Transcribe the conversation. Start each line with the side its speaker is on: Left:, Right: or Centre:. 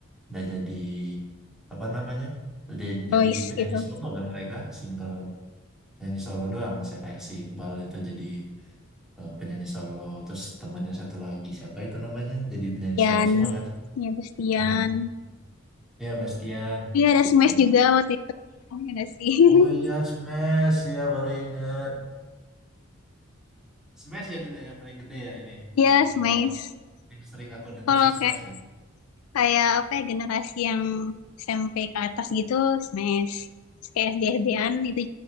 Centre: udah jadi apa namanya? Udah
Left: Boys
Centre: jadi penyanyi
Left: gitu.
Centre: solo kan mereka, single. nyanyi solo doang saya kayak si Iqbal itu jadi eh, penyanyi solo terus temannya satu lagi siapa itu namanya jadi penyanyi
Left: Yan,
Centre: solo semua kan
Left: ya Bestian.
Centre: hmm. ya Bastian
Left: Iya ada Smash
Centre: jadi
Left: juga waktu itu. Iya nggak sih? <laughs>
Centre: oh iya Smash ya baru inget Smash ya dulu ya paling gede ya ini
Left: Iya
Centre: paling
Left: Smash.
Centre: kalau paling sering aku denger
Left: Kalau
Centre: sih Smash
Left: kayak
Centre: ya
Left: kayak apa ya generasi yang SMP ke atas gitu Smash. Terus Kayak SD SD-an itu